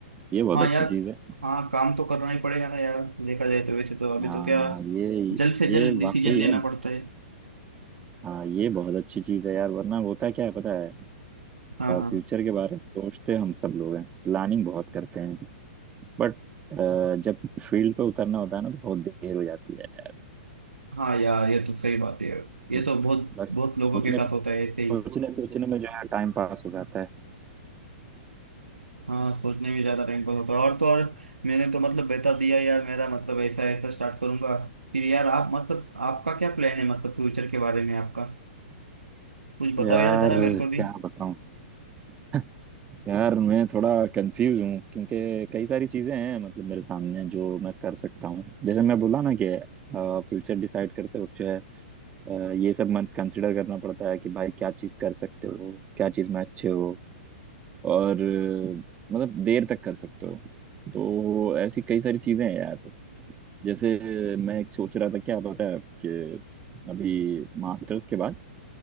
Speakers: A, on the right; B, on the right.
A: ये बहुत
B: हाँ
A: अच्छी
B: यार
A: चीज है
B: हाँ काम तो करना ही पड़ेगा ना यार देखा जाए तो वैसे तो अभी
A: हाँ
B: तो क्या
A: ये
B: जल्द से
A: ये
B: जल्द डिसीजन
A: वाकई
B: लेना
A: है
B: पड़ता है
A: हाँ ये बहुत अच्छी चीज है यार वरना होता क्या है पता है
B: हाँ हाँ
A: फ्यूचर के बारे में सोचते हम सब लोग हैं प्लानिंग बहुत करते हैं बट जब फील्ड पे उतरना होता है ना तो बहुत देर हो जाती है
B: हाँ यार ये तो सही बात है ये
A: बिल-
B: तो बहुत
A: बस
B: बहुत लोगों
A: सोचने
B: के साथ होता है ऐसे ही
A: सोचने सोचने में जो है टाइम पास हो जाता है
B: हाँ सोचने में ज्यादा टाइम पास होता है और तो और मैंने तो मतलब बता दिया यार मेरा मतलब ऐसा ऐसा स्टार्ट करूंगा फिर यार आप मतलब आपका क्या प्लान है मतलब फ्यूचर के बारे में आपका कुछ बताओ
A: यार
B: यार जरा मेरे को भी
A: क्या बताऊं <laughs> यार मैं थोड़ा कंफ्यूज हूँ क्योंकि कई सारी चीजें हैं मतलब मेरे सामने जो मैं कर सकता हूँ जैसे मैं बोला ना कि फ्यूचर डिसाइड करते वक्त जो है अ, ये सब मन कंसिडर करना पड़ता है कि भाई क्या चीज कर सकते हो क्या चीज में अच्छे हो और अ, मतलब देर तक कर सकते हो तो ऐसी कई सारी चीजें हैं यार जैसे मैं एक सोच रहा था क्या पता है कि अभी मास्टर्स के बाद